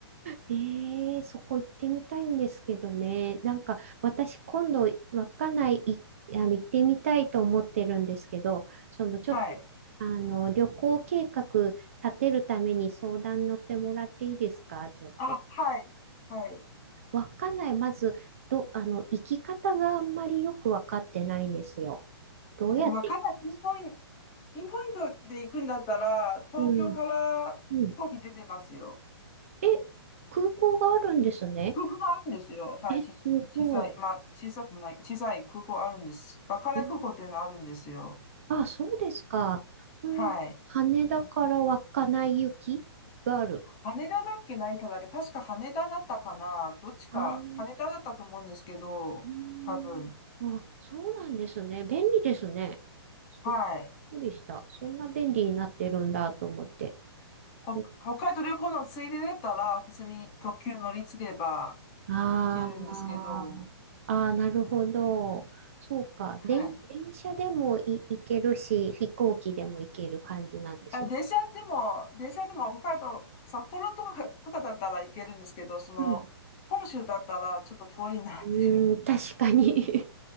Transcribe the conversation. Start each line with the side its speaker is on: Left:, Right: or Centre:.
Right: ええそこ行ってみたいんですけどね。なんか、私今度、稚内い、あの、行ってみたいと思ってるんですけど、その、ちょっと、
Left: はい。
Right: あの、旅行計画立てるために相談乗ってもらっていいですかちょっと。
Left: あ、はい。はい。
Right: 稚内、まず、ど、あの、行き方があんまりよくわかってないんですよ。どうやって行きます
Left: えっと、わかんない。ピンポイント、ピンポイントで行くんだったら、東京から飛行機出てますよ。
Right: うん、うん。え、空港があるんですね。
Left: 空港があるんですよ。はい。
Right: え、すごい。
Left: ち、小さい、まあ、小さくもない、小さい空港あるんです。稚内空港っていうのがあるんですよ。
Right: えあ、そうですか。この羽田から稚内行きがある。
Left: はい。羽田だっけ、成田だっけ、確か羽田だったかな。どっちか、
Right: ああ、う
Left: 羽田だったと思うんですけど、
Right: ん。
Left: 多分。
Right: あ、そうなんですね。便利ですね。すっ
Left: はい。
Right: くりした。そんな便利になってるんだと思って。
Left: ほ北海道旅行のついでだったら、
Right: え
Left: 普通に特急乗り継げば
Right: あーあー、
Left: 行けるんですけど、
Right: なるほど。そうか。
Left: はい。
Right: 電電車でもい行けるし、飛行機でも行ける感じなんですね。
Left: あ、電車でも、電車でも北海道、札幌とか、とかだったら行けるんですけど、その、
Right: うん。
Left: 本州だったらちょっと遠いなっていう。
Right: うーん、確かに